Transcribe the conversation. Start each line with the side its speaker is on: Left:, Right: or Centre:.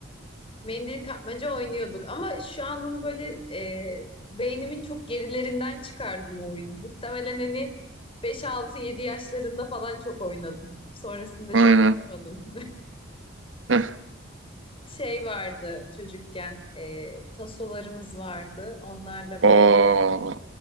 Left: Mendil kapmaca oynuyorduk ama şu an onu böyle e, beynimin çok gerilerinden çıkardım o oyunu. Muhtemelen hani 5-6-7 yaşlarında falan çok oynadım. Sonrasında
Right: Aynen.
Left: çok oynamadım.
Right: Heh.
Left: Şey vardı çocukken e, tasolarımız vardı. Onlarla
Right: Aa,
Left: böyle